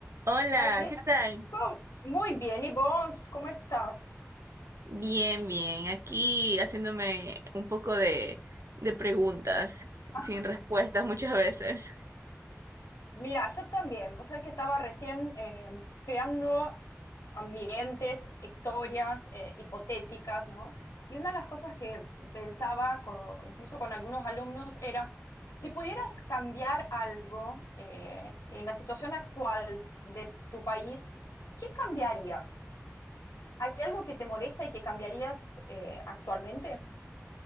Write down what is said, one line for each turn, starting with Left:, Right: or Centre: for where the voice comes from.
Right: Hola,
Left: Gabriel,
Right: ¿qué tal?
Left: ¿cómo? muy bien. ¿Y vos? ¿Cómo estás?
Right: Bien, bien. Aquí haciéndome un poco de, de preguntas
Left: Ah,
Right: sin respuestas muchas veces.
Left: Mira, yo también. Vos sabés que estaba recién eh, creando ambientes, historias eh, hipotéticas, ¿no? Y una de las cosas que pensaba, co- incluso con algunos alumnos, era si pudieras cambiar algo eh, en la situación actual de tu país, ¿qué cambiarías? ¿Hay algo que te molesta y que cambiarías eh, actualmente?